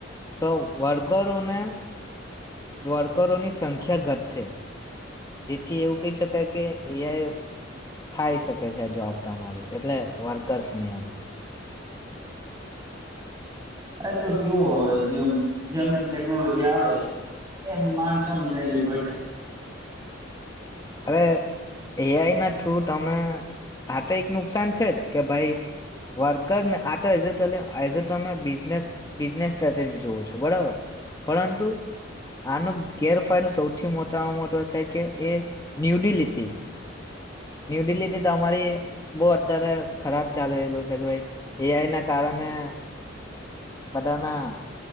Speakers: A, on the left (about 20°); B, on the right (about 20°).
A: તો વર્કરોને વર્કરોની સંખ્યા ઘટશે જેથી એવું કહી શકાય કે એ ખાઈ શકે છે આ જોબ તમારી એટલે વર્કર્સની એમ
B: આ તો કેવું હોવે જેમ જેમ જેમ ટેકનોલોજી આવે એમ માણસોની વેલ્યુ ઘટે
A: અરે એઆઈ ના થ્રુ તમે આ તો એક નુકસાન છે જ કે ભાઈ વર્કરને આ તો એઝ એઝ તમે બિઝનેસ બિઝનેસ સ્ટ્રેટેજી જોવો છો બરાબર પરંતુ આનો ગેરફાયદો સૌથી મોટામાં મોટો છે કે એ ન્યૂ દિલ્હીથી ન્યૂ દિલ્હીથી તો અમારી બહુ અત્યારે ખરાબ ચાલીલું છે કે એઆઈ ના કારણે બધાના